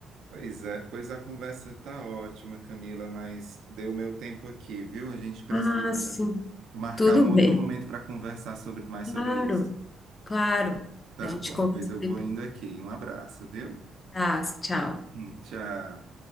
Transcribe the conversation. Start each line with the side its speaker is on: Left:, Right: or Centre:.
Right: Pois é, pois a conversa tá ótima, Camila, mas deu meu tempo aqui, viu? A gente precisa
Left: Ah, sim.
Right: marcar
Left: Tudo
Right: um
Left: bem.
Right: outro momento para conversar sobre, mais
Left: Claro,
Right: sobre isso.
Left: claro.
Right: Tá
Left: A gente
Right: Tá bom,
Left: conversa
Right: bom? pois eu vou
Left: depois.
Right: indo aqui. Um abraço, viu?
Left: Ah, tchau.
Right: Hum, Tchau.